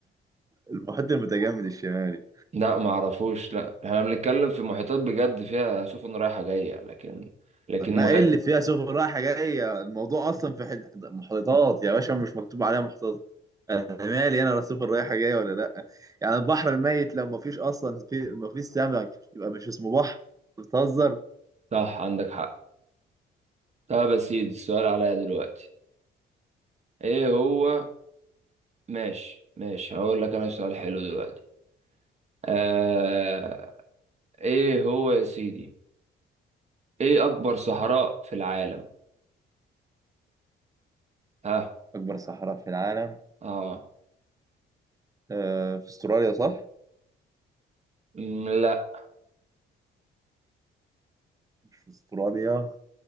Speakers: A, on the right; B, on the right.
A: المحيط المتجمد الشمالي
B: لا ما اعرفوش لا احنا بنتكلم في محيطات بجد فيها سفن رايحة جاية لكن لكن
A: طب ما
B: محيط
A: ايه اللي فيها سفن رايحه جايه الموضوع اصلا في حد... محيطات يا باشا مش مكتوب عليها محيطات انا مالي انا لا سفن رايحه جايه ولا لا يعني البحر الميت لو ما فيش اصلا في ما فيش سمك يبقى مش اسمه بحر أنت بتهزر
B: صح عندك حق طب يا سيدي السؤال عليا دلوقتي ايه هو ماشي ماشي هقول لك انا سؤال حلو دلوقتي آه... ايه هو يا سيدي ايه اكبر صحراء في العالم ها
A: اكبر صحراء في العالم
B: اه
A: آه في استراليا صح
B: مم، لا
A: مش في استراليا